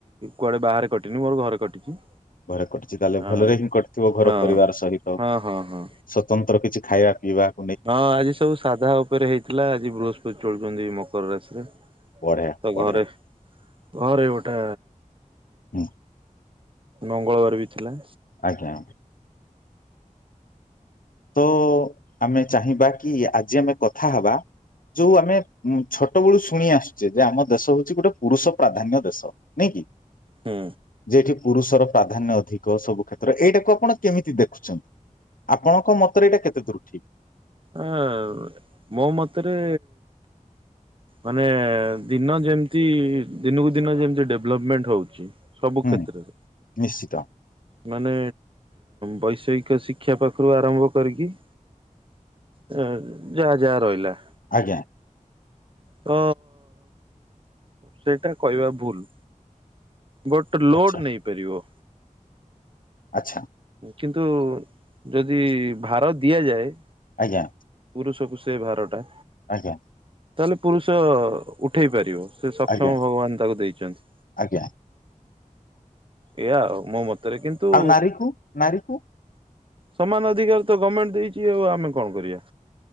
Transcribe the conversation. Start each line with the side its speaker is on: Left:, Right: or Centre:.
Right: କୁଆଡେ ବାହାରେ କଟିନି ମୋର ଘରେ କଟିଛି।
Left: ଘରେ କଟିଛି ତାହେଲେ
Right: ହଁ
Left: ଭଲରେ ହିଁ କଟିଥିବ ଘର
Right: ହଁ
Left: ପରିବାର ସହିତ।
Right: ହଁ ହଁ ହଁ।
Left: ସ୍ଵତନ୍ତ୍ର କିଛି ଖାଇବା ପିଇବା।
Right: ହଁ ଆଜି ସବୁ ସାଧା ଉପରେ ହେଇଥିଲା ଆଜି ବୃହସ୍ପତି ଚଳୁଛନ୍ତି ମକର ରାଶିରେ।
Left: ବଢିଆ,
Right: ତ
Left: ବଢିଆ।
Right: ଘରେ ଘରେ ଗୋଟେ।
Left: ହୁଁ
Right: ମଙ୍ଗଳବାର ବି ଥିଲା।
Left: ଆଜ୍ଞା। ତ ଆମେ ଚାହିଁବା କି ଆଜି ଆମେ କଥା ହବା ଯୋଉ ଆମେ ଉ ଛୋଟ ବେଳୁ ଶୁଣି ଆସୁଛେ ଯେ ଆମ ଦେଶ ହଉଛି ଗୋଟେ ପୁରୁଷ ପ୍ରାଧାନ୍ୟ ଦେଶ। ନାଇଁ କି?
Right: ହୁଁ।
Left: ଯେ ଏଠି ପୁରୁଷର ପ୍ରାଧାନ୍ୟ ଅଧିକ ସବୁ କ୍ଷେତ୍ର ଏଇଟାକୁ ଆପଣ କେମିତି ଦେଖୁଛନ୍ତି? ଆପଣ ଙ୍କ ମତରେ ଏଟା କେତେ ଦୂର ଠିକି।
Right: ଆ ଅ ମୋ ମତରେ ମାନେ ଦିନ ଯେମିତି ଦିନକୁ ଦିନ ଯେମିତି ଡେଭଲପମେଣ୍ଟ ହଉଚି। ସବୁ
Left: ହୁଁ
Right: କ୍ଷେତ୍ରରେ
Left: ନିଶ୍ଚିତ।
Right: ମାନେ ବୈଷୟିକ ଶିକ୍ଷା ପାଖରୁ ଆରମ୍ଭ କରିକି ତା ଯାହା ଯାହା ରହିଲା।
Left: ଆଜ୍ଞା।
Right: ତ ସେଇଟା କହିବା ଭୁଲୁ। ବଟ ଲୋଡ
Left: ଆଚ୍ଛା
Right: ନେଇପାରିବ।
Left: ଆଚ୍ଛା।
Right: କିନ୍ତୁ ଯଦି ଭାର ଦିଆଯାଏ
Left: ଆଜ୍ଞା।
Right: ପୁରୁଷକୁ ସେ ଭାରଟା
Left: ଆଜ୍ଞା।
Right: ତାହେଲେ ପୁରୁଷ ଉଠେଇ ପାରିବ ସେ ସକ୍ଷମ
Left: ଆଜ୍ଞା
Right: ଭଗବାନ ତାକୁ ଦେଇଛନ୍ତି।
Left: ଆଜ୍ଞା।
Right: ଏଇଆ ଆଉ ମୋ ମତରେ। କିନ୍ତୁ
Left: ଆଉ ନାରୀକୁ ନାରୀକୁ
Right: ସମାନ ଅଧିକାର ତ ଗମେଣ୍ଟେ ଦେଇଚି ଆଉ ଆମେ କଣ କରିବା?